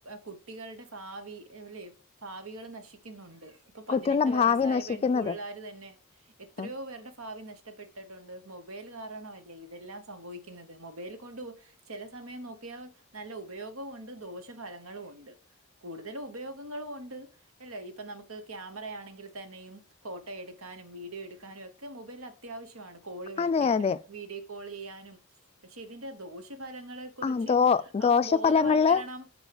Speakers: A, on the right; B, on the left.
A: കുട്ടികളുടെ ഭാവി അല്ലെ ഭാവികൾ നശിക്കുന്നുണ്ട് ഇപ്പൊ പതിനെട്ട്
B: കുട്ടികളുടെ
A: വയസ്സായ
B: ഭാവി നശിക്കുന്നത്
A: പെൺപുള്ളേർ തന്നെ എത്രയോ
B: ഉം.
A: പേരുടെ ഭാവി നഷ്ട നഷ്ടപ്പെട്ടിട്ടുണ്ട് മൊബൈൽ കാരണം അല്ലേ ഇതെല്ലാം സംഭവിക്കുന്നത് മൊബൈൽ കൊണ്ട് ചില സമയം നോക്കിയാൽ നല്ല ഉപയോഗവും ഉണ്ട് ദോഷഫലങ്ങളും ഉണ്ട് കൂടുതലും ഉപയോഗങ്ങളും ഉണ്ട് അല്ല ഇ നമുക്ക് ക്രാമറയാണങ്കിലും ക്കെതന്നെയും ഫോട്ടോ എടുക്കാനും വീഡിയോ എടുക്കാനും ഒക്കെ മൊബൈലിൽ അത്യാവശ്യമാണ് കോള് വിളിക്കാനും
B: അതെ അതെ
A: വീഡിയോ കോൾ ചെയ്യാനും പക്ഷെ ഇതിന്റെ ദോഷം ഫലങ്ങളെ കുറിച്ച്
B: ആ ദോ ദോഷഫലങ്ങളില്
A: ബോധവൽക്കരണം